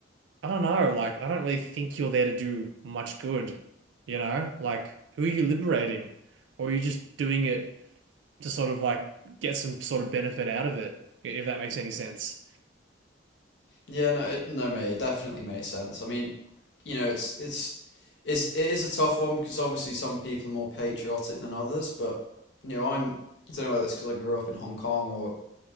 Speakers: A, on the right; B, on the left.
A: I don't know. Like, I don't really think you're there to do much good, you know? Like, who are you liberating? Or are you just doing it to sort of like get some sort of benefit out of it, i- if that makes any sense?
B: Yeah, no, it, no, mate, it definitely makes sense. I mean, you know, it's it's it's it is a tough one because obviously some people are more patriotic than others, but you know, I'm I don't know whether it's because I grew up in Hong Kong or